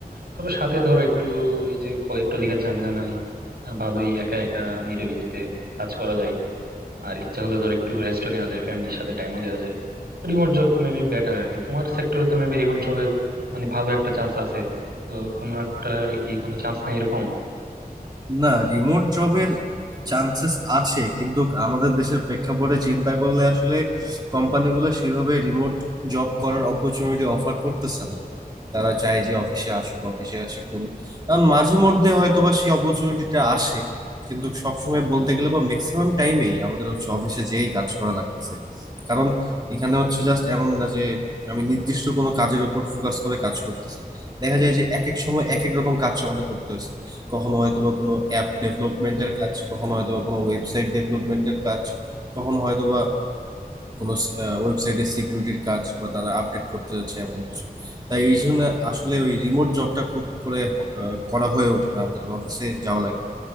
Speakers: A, on the right (about 80°); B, on the right (about 25°).
A: তবে সাথে ধরো একটু এই যে কলিগ টলিগের ঝামেলা নাই আহ, ভালোই একা একা নিরিবিলিতে কাজ করা যায় আর ইচ্ছা হলে ধর একটু রেস্টও নেওয়া যায় ফ্যামিলির সাথে টাইমও দেওয়া যায় রিমোট জব মেবি বেটার আর কি তোমার সেক্টরে তো মেবি রিমোট জবের মানে ভালো একটা চান্স আছে তো তোমারটা কি কোনো চান্স নেই এরকম
B: না রিমোট জবের চান্সেস আছে কিন্তু আমাদের দেশের প্রেক্ষাপটে চিন্তা করলে আসলে কোম্পানিগুলো সেভাবে রিমোট জব করার অপরচুনিটি অফার করতেছে না তারা চায় যে অফিসে আসুক অফিসে আসে করুক কারণ মাঝে মধ্যে হয়তোবা সেই অপরচুনিটিটা আসে কিন্তু সবসময় বলতে গেলে বা ম্যাক্সিমাম টাইমেই আমাদের হচ্ছে অফিসে যেই কাজ করা লাগতেছে কারণ এখানে হচ্ছে জাস্ট এমন না যে আমি নির্দিষ্ট কোনো কাজের উপর ফোকাস করে কাজ করতেছি দেখা যায় যে এক এক সময় এক এক রকম কাজ আমাকে করতে হচ্ছে কখনো হয়তোবা কোনো অ্যাপ ডেভেলপমেন্টের
A: হম
B: কাজ
A: হম
B: কখনো হয়তোবা কোনো ওয়েবসাইট ডেভেলপমেন্টের কাজ কখনো হয়তোবা কোনো ওয়েবসাইটের সিকিউরিটির কাজ বা তারা আপডেট করতে যাচ্ছে এমন কিছু তাই এই জন্য আসলে ওই রিমোট জবটা খুব করে আহ, করা হয়ে ওঠে না আমাদেরকে অফিসে যাওয়া লাগে